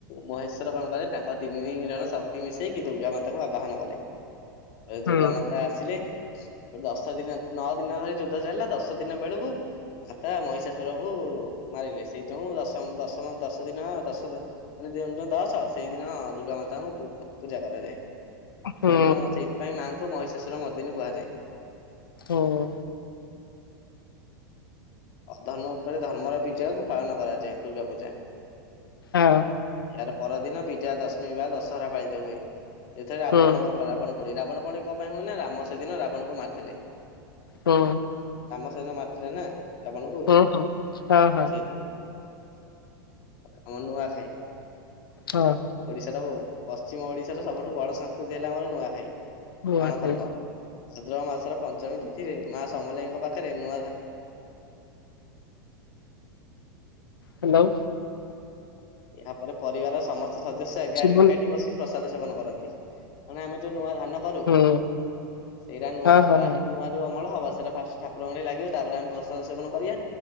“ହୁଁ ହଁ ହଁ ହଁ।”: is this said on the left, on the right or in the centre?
Left